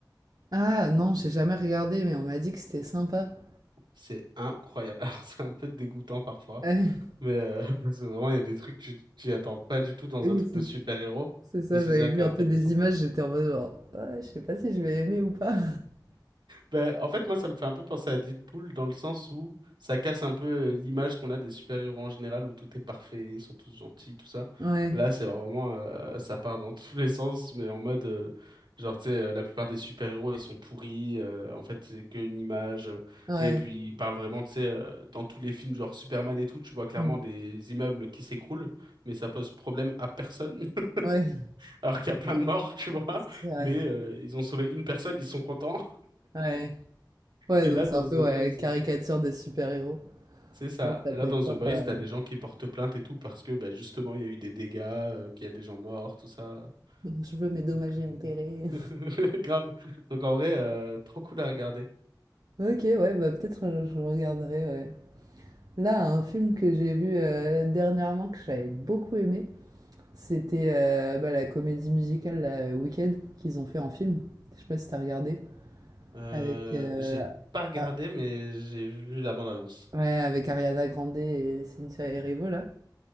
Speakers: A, on the right; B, on the right.
A: Ah non, j'ai jamais regardé, mais on m'a dit que c'était sympa.
B: C'est incroyable. <laughs> Alors, c'est un peu dégoûtant parfois,
A: Ah, <laughs>
B: mais euh, <laughs> parce que vraiment, il y a des trucs que tu t'y attends pas du tout dans
A: Oui,
B: un truc
A: c'est
B: de super-héros,
A: c'est ça,
B: mais c'est
A: j'avais
B: ça
A: vu
B: qui est intéressant.
A: un peu des images, j'étais en mode genre, ouais, je sais pas si je vais aimer ou pas. <laughs>
B: Ben, en fait, moi, ça me fait un peu penser à Deadpool dans le sens où ça casse un peu euh, l'image qu'on a des super-héros en général où tout est parfait, ils sont tous gentils, tout ça.
A: Ouais,
B: Là, c'est vraiment, euh, ça part dans <laughs> tous les sens, mais en mode, euh, genre, tu sais, euh, la plupart des super-héros, ils sont pourris, euh, en fait, c'est qu'une image. euh,
A: ouais,
B: Et puis, ils parlent vraiment, tu sais, euh, dans tous les films, genre Superman et tout, tu vois clairement
A: mm,
B: des immeubles qui s'écroulent, mais ça pose problème à personne,
A: ouais,
B: <laughs> alors qu'il y a plein de morts, <laughs> tu vois.
A: c'est vrai.
B: Mais euh, ils ont sauvé une personne, ils sont contents.
A: Ouais, ouais,
B: Et
A: donc
B: là,
A: c'est
B: dans
A: un
B: The
A: peu
B: Boys.
A: ouais, caricature des super-héros.
B: C'est ça.
A: Ouais, ça
B: Et là,
A: peut
B: dans
A: être
B: The
A: sympa.
B: Boys, t'as des gens qui portent plainte et tout parce que, bah, justement, il y a eu des dégâts, euh, qu'il y a des gens morts, tout ça.
A: ouais. <laughs> Je veux mes dommages
B: Donc,
A: et intérêts.
B: euh, <laughs>
A: <laughs>
B: grave. Donc, en vrai, euh, trop cool à regarder.
A: Ok, ouais, bah peut-être euh, je regarderai, ouais. Là, un film que j'ai vu euh, dernièrement que j'avais beaucoup aimé, C'était euh, bah, la comédie musicale la Wicked qu'ils ont fait en film. Je sais pas si t'as regardé.
B: Euh,
A: Avec, euh,
B: j'ai pas regardé,
A: ah,
B: mais j'ai vu la bande-annonce.
A: ouais, avec Ariana Grande et Cynthia Erivo là.